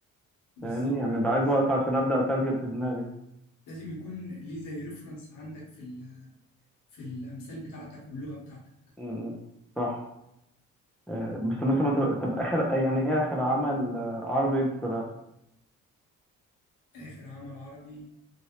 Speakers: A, on the left; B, in the centre.
A: بالظبط
B: فاهمني يعني ده عايز
A: بالظبط
B: وقت عشان ابدا اترجم في دماغي
A: لازم يكون ليه زي ريفرنس عندك في ال- في الامثال بتاعتك واللغه بتاعتك
B: امم صح آه، بس مثلا طب طب اخر يعني ايه اخر عمل آه، عربي انت تابعته
A: اخر عمل عربي